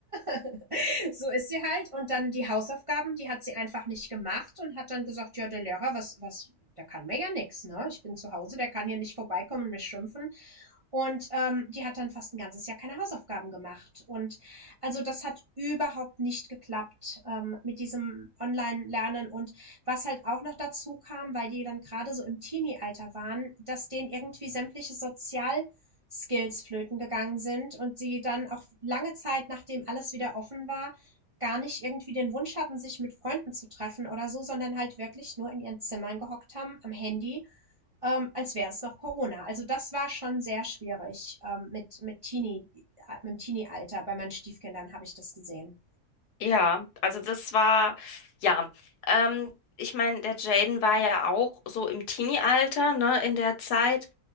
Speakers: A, on the right; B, on the left.
A: <laughs> so ist sie halt und dann die Hausaufgaben, die hat sie einfach nicht gemacht und hat dann gesagt: „Ja, der Lehrer, was was der kann mir ja nichts. ne? Ich bin zu Hause, der kann hier nicht vorbeikommen und mich schimpfen.“ Und, ähm, die hat dann fast ein ganzes Jahr keine Hausaufgaben gemacht. Und also, das hat überhaupt nicht geklappt, ähm, mit diesem Online-Lernen. Und was halt auch noch dazu kam, weil die dann gerade so im Teenie-Alter waren, dass denen irgendwie sämtliche sozial Skills flöten gegangen sind und sie dann auch lange Zeit, nachdem alles wieder offen war, gar nicht irgendwie den Wunsch hatten, sich mit Freunden zu treffen oder so, sondern halt wirklich nur in ihren Zimmern gehockt haben, am Handy, ähm, als wäre es noch Corona. Also das war schon sehr schwierig ähm, mit, mit, Teenie, äh, mit dem Teenie-Alter. Bei meinen Stiefkindern habe ich das gesehen.
B: Ja, also das war, ja, ähm, ich meine, der Jaden war ja auch so im Teenie-Alter, ne, in der Zeit.